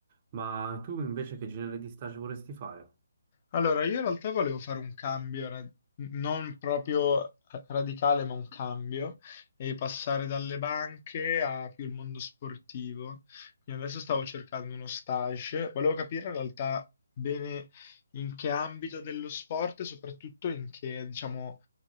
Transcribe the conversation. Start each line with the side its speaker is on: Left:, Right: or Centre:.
Right: Ma tu invece che genere di stage vorresti fare?
Left: Allora, io in realtà volevo fare un cambio, ra- non proprio radicale, ma un cambio, e passare dalle banche a più il mondo sportivo. Quindi adesso stavo cercando uno stage, volevo capire in realtà bene in che ambito dello sport e soprattutto in che, diciamo,